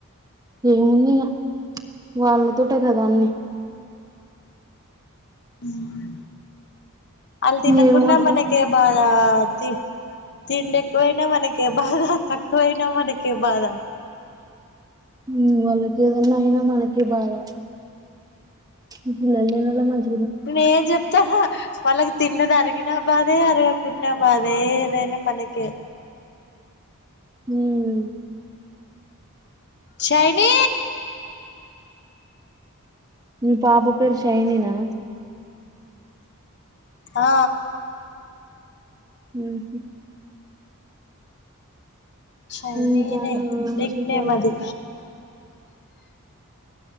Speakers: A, on the right; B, on the left.
A: ఏముంది వాళ్ళతోటే కదా అన్ని
B: ఉమ్ అల్ తినకున్నా
A: ఏముంటాయి
B: మనకే బాధ తి తిండి ఎక్కువైనా మనకే బాద తక్కువైనా మనక్ కే బాద
A: ఉ వాళ్ళకి ఏదన్నా అయినా మనకే బాద ఈ పిల్లలేనోళ్లే మంచి
B: ప్లే జప్ హా హా వాళ్ళకి తిన్నది అరిగినా బాధే అరగకున్నా బాధే ఏదైనా మనకే
A: ఉమ్
B: చైనీ
A: ఇ పాప పేరు షైనీ నా
B: ఆ
A: ఉంహు
B: షైనీ
A: ఇంకా
B: నే
A: ఏం
B: నిక్
A: విశేషాలు
B: నేమ్ అది